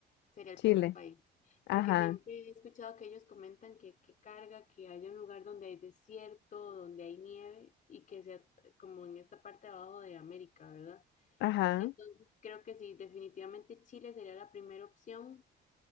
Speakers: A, on the left (about 45°); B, on the left (about 70°).
A: sería el
B: Chile.
A: primer país,
B: Ajá,
A: porque siempre he escuchado que ellos comentan que, que carga, que haya un lugar donde hay desierto, donde hay nieve y que sea como en esta parte de abajo de América, ¿verdad?
B: ajá,
A: Entonces creo que sí, definitivamente Chile sería la primera opción